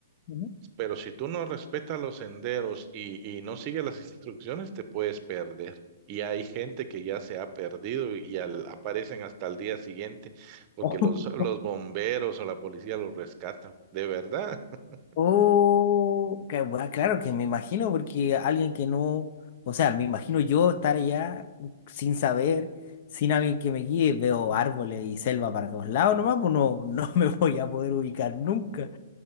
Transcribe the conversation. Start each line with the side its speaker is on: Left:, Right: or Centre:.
Left: Ujú.
Right: Pero si tú no respetas los senderos y, y no sigues las instrucciones, te puedes perder. Y hay gente que ya se ha perdido y al- aparecen hasta el día siguiente porque
Left: <laughs>
Right: los, los bomberos o la policía los rescatan. De verdad. <laughs>
Left: Oh, que bueno, claro que me imagino, porque alguien que no, o sea, me imagino yo estar allá sin saber, sin alguien que me guíe, veo árboles y selva para todos lados nomás, pues no, <laughs> no me voy a poder ubicar nunca.